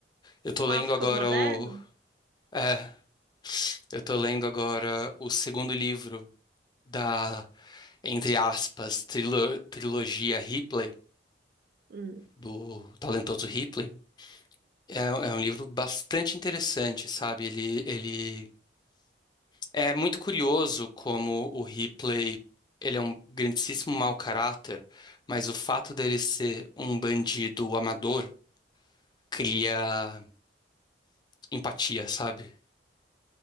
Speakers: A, on the left; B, on the right.
A: Eu tô
B: Clássicos
A: lendo agora
B: modernos?
A: o, é, eu tô lendo agora o segundo livro da, entre aspas, trilo- trilogia Ripley,
B: Hum.
A: do talentoso Ripley. É, é um livro bastante interessante, sabe? Ele, ele é muito curioso como o Ripley, ele é um grandíssimo mau caráter, mas o fato dele ser um bandido amador cria empatia, sabe?